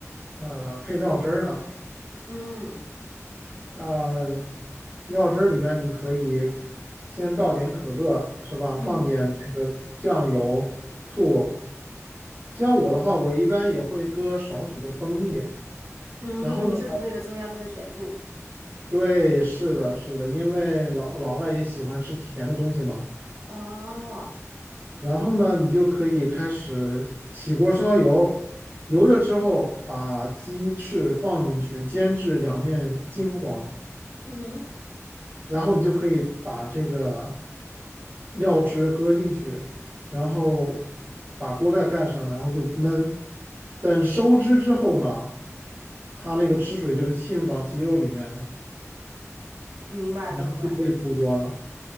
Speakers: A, on the right; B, on the right.
A: 呃配料汁儿了。
B: 嗯，
A: 呃，料汁儿里面你可以先倒点可乐，是吧？
B: 嗯
A: 放点这个酱油、醋。像我的话，我一般也会搁少许的蜂蜜。
B: 嗯，
A: 然后呢？
B: 就是为了增加它的甜度。
A: 对，是的，是的，因为老老外也喜欢吃甜的东西嘛。
B: 哦，好，
A: 然后呢，你就可以开始起锅烧油，油热之后把鸡翅放进去，煎至两面金黄，
B: 嗯哼，
A: 然后你就可以把这个料汁搁进去，然后把锅盖盖上，然后就焖。等收汁之后呢，它那个汁水就浸入到鸡肉里面，
B: 明白明白。
A: 然后就可以出锅了。